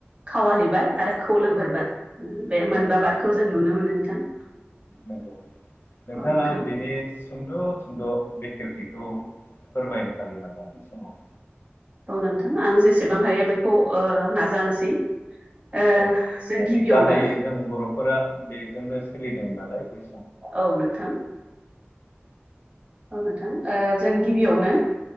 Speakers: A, on the right (about 30°); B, on the left (about 60°).
A: खावालिबाद आरो खौलोबोरबाद बे
B: बाद
A: मोनबा बादखौ जों नुनो मोनो नोंथां।
B: नंगौ नोंथाङा
A: औ नोंथां
B: बेनि सुंद' सुंद' बेखेवथिखौ फोरमायनो हागोन नामा बे समाव?
A: औ नोंथां आं जेसेबां हायो बेखौ ओ नाजानोसै। ओ
B: औ
A: जों
B: माने
A: गिबियावनो
B: गाहायै जों बर'फोरा बेजोंनो सोलिदों नालाय बे
A: औ नोंथां। ओ जों गिबियावनो